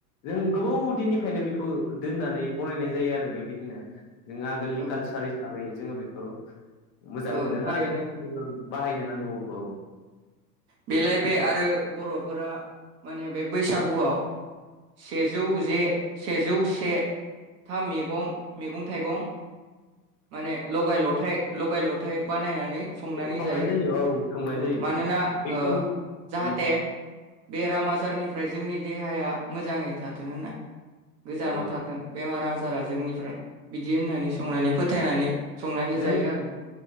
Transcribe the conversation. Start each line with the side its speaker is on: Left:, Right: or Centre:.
Left: जों गोबाव दिननिफ्रायनो बेखौ दोननानै बनायनाय जायो आरो बेबायदिनो। जों आगोलनि
Right: औ
Left: कालसार हिसाबै जोङो बेखौ मोजां
Right: औ
Left: मोनो
Right: थारैनो
Left: आरो। बाहायनो नांगौ। औ
Right: बेलाय बे आरो बर'फोरा माने बे बैसागुआव सेजौ जे सेजौ से थाम मैगं -मैगं- थाइगं माने लगाय -लथायाइ लगाय- लथायाइ बानायनानै संनानै
Left: संनाय
Right: जायो।
Left: औ संनाय
Right: औ
Left: जायो
Right: मानोना
Left: बेखौ
Right: औ जाहाथे
Left: उम
Right: बेराम आजारनिफ्राय जोंनि देहाया मोजाङै थाथों होना। गोजानाव
Left: औ
Right: थाथों बेमार आजारा जोंनिफ्राय। बिदि होननानै संनानै फोथायनानै संनानै
Left: जों
Right: जायो आरो।